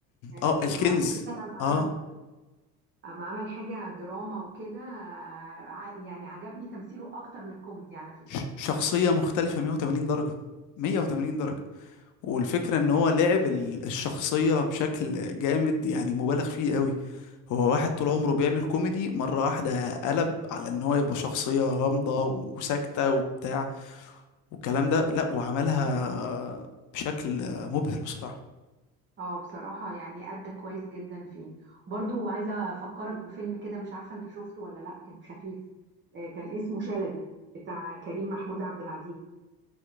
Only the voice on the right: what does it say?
يعني
استغربته
جدا لما
عمل لما عمل حاجة دراما وكده آه، ع- يعني عجبني تمثيله اكتر من الكوميدي على فكرة
اه بصراحة يعني أدى كويس جدا فيه برضو عايزة أفكرك بفيلم كده مش عارفة أنت شفته ولا لأ كان خفيف آه، كان اسمه شلبي بتاع كريم محمود عبد العزيز